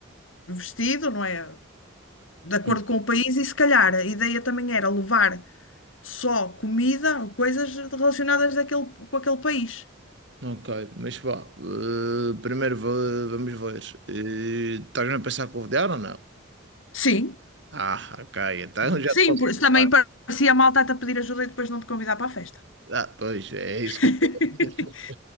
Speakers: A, on the left; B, on the right.
A: vestido, não é? De acordo
B: Hum,
A: com o país, e se calhar a ideia também era levar só comida ou coisas relacionadas daquele, com aquele país.
B: Ok, mas vá, eh, primeiro va- vamos ver. Eh, Estás-me a pensar convidar ou não?
A: Sim,
B: Ah, ok, então
A: claro
B: já
A: que
B: te
A: sim,
B: posso
A: por isso também
B: falar.
A: parecia mal estar-te a pedir ajuda e depois não te convidar para a festa.
B: Ah, pois, é isso
A: <laughs>
B: que eu estou a dizer.